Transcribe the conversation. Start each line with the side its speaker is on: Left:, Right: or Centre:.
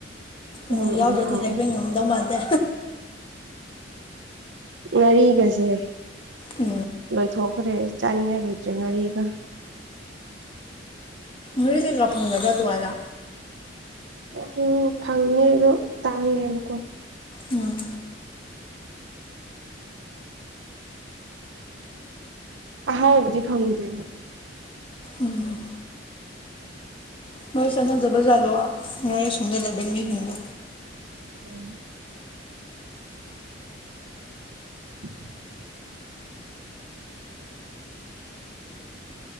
Right: ꯎꯝ
Left: ꯃꯣꯔꯣꯛ
Right: ꯎꯝ
Left: ꯌꯥꯎꯗ꯭ꯔꯗꯤ
Right: ꯍꯥꯎ
Left: ꯂꯩꯕꯩ ꯉꯝꯗꯧ ꯃꯥꯟꯗꯦ
Right: ꯉꯔꯤꯒꯁꯦ꯫
Left: ꯎ꯫
Right: ꯂꯣꯏꯊꯣꯛꯈ꯭ꯔꯦ ꯆꯥꯅꯤꯡꯉꯥꯏ ꯂꯩꯇ꯭ꯔꯦ ꯉꯥꯔꯤꯒ
Left: ꯃꯣꯔꯦ ꯀꯩꯀꯥ ꯐꯪꯗꯕ꯭ꯔꯥ ꯑꯗꯨꯋꯥꯏꯗ
Right: ꯎꯝ ꯐꯪꯉꯦꯗꯣ ꯇꯥꯡꯉꯦꯕꯀꯣ꯫
Left: ꯎꯝ
Right: ꯑꯍꯥꯎꯕꯗꯤ ꯐꯪꯗꯦꯕ
Left: ꯎꯝ ꯃꯣꯏ ꯆꯠꯅꯖꯥꯠꯂꯣ ꯅꯣꯏ ꯁꯣꯗ ꯂꯩꯕ ꯃꯤꯁꯤꯡꯗꯣ
Right: ꯎꯝ꯫ <inaudible>